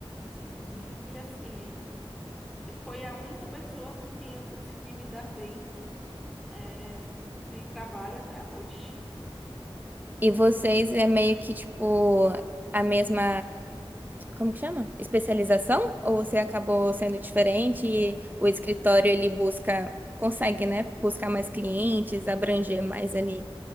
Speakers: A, in the centre; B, on the right.
A: sim, e, e assim, foi a única pessoa com quem eu consegui me dar bem, eh, em trabalho até hoje.
B: E vocês é meio que tipo a mesma, como que chama? Especialização? Ou você acabou sendo diferente e o escritório ele busca, consegue, né? Buscar mais clientes, abranger mais ali.